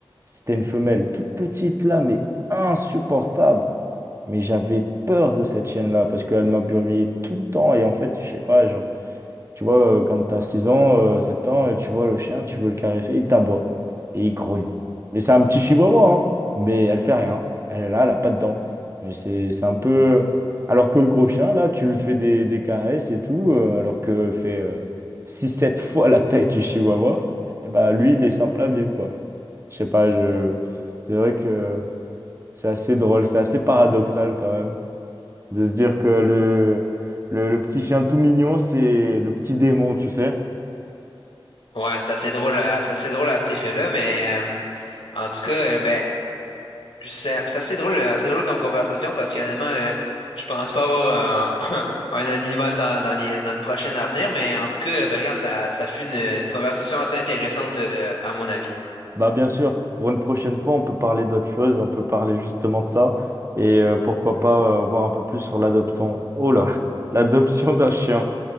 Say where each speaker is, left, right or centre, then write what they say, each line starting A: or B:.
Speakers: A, on the right; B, on the left.
A: C'était une femelle toute petite là, mais insupportable. Mais j'avais peur de cette chienne-là parce qu'elle m'a brûlé tout le temps. Et en fait, je sais pas, genre, tu vois, euh, quand t'as 6 ans, euh, 7 ans, et tu vois le chien, tu veux le caresser, il t'aboie et il grogne. Mais c'est un petit chihuahua, hein. Mais elle fait rien. Elle est là, elle a pas de dents. Mais c'est, c'est un peu. Alors que le gros chien, là, tu lui fais des, des caresses et tout, euh, alors que fait euh, 6-7 <laughs> fois la taille du chihuahua, et bah lui, il est simple à vivre, quoi. Je sais pas, je... c'est vrai que c'est assez drôle, c'est assez paradoxal quand même. De se dire que le, le, le petit chien tout mignon, c'est le petit démon, tu sais.
B: Ouais, c'est assez drôle à, c'est assez drôle à cet effet-là, mais euh, en tout cas, euh, ben, c'est c'est assez drôle, euh, assez drôle comme conversation parce que euh, je pense pas avoir un, <laughs> un animal dans, dans les, dans le prochain avenir, mais en tout cas, ben, regarde, ça, ça fut une, une conversation assez intéressante, euh, à mon avis.
A: Bah bien sûr, pour une prochaine fois, on peut parler d'autre chose, on peut parler justement de ça. Et euh, pourquoi pas euh, voir un peu plus sur l'adoption. Oh là, <laughs> l'adoption d'un chien.